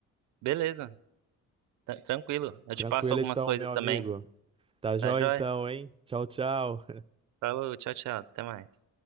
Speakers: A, on the right; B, on the right.
A: Beleza, Tran- tranquilo. Eu te
B: Tranquilo
A: passo algumas
B: então,
A: coisas
B: meu amigo.
A: também.
B: Tá jóia
A: Tá joia?
B: então, hein? Tchau, tchau.
A: Falou, tchau, tchau. Até mais.